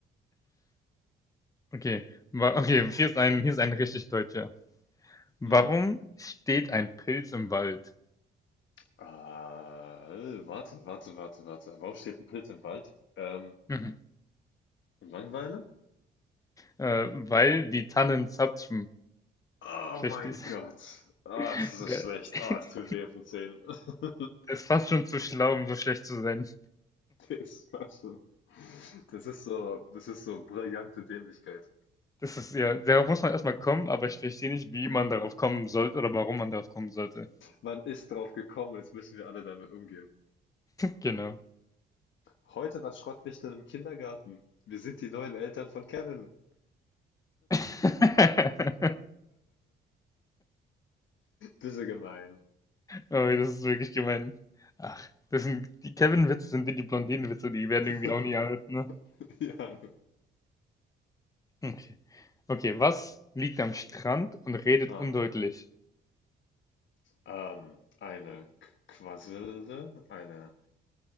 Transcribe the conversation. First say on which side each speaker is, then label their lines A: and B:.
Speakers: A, on the left; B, on the left.
A: Okay. Wa- Okay, hier ist ein, hier ist ein richtig deutscher. Warum
B: hm.
A: steht ein Pilz im Wald?
B: Ah, warte, warte, warte, warte. Warum steht ein Pilz im Wald? Ähm,
A: Mhm.
B: Langeweile?
A: Äh, weil die Tannen zapfen.
B: Oh
A: Richtig.
B: mein Gott. Ah,
A: <laughs>
B: es ist so
A: Der,
B: schlecht.
A: <laughs>
B: Ah, es tut weh auf den Zähnen. <laughs>
A: der ist fast schon zu schlau, um so schlecht zu sein.
B: Das war schon. Das ist so, das ist so brillante Dämlichkeit.
A: Das ist ja, darauf muss man erstmal kommen, aber ich verstehe nicht, wie man darauf kommen sollte oder warum man darauf kommen sollte.
B: Man ist drauf gekommen, jetzt müssen wir alle damit umgehen.
A: Genau.
B: Heute war Schrottwichteln im Kindergarten. Wir sind die neuen Eltern von Kevin.
A: <laughs>
B: Bisse gemein.
A: Oh, das ist wirklich gemein. Ach, das sind die Kevin-Witze sind wie die Blondinen-Witze, die werden irgendwie
B: <laughs>
A: auch nie alt, ne?
B: Ja.
A: Okay. Okay, was liegt am Strand und redet
B: Ah,
A: undeutlich?
B: ähm, eine K- Quasselde, eine.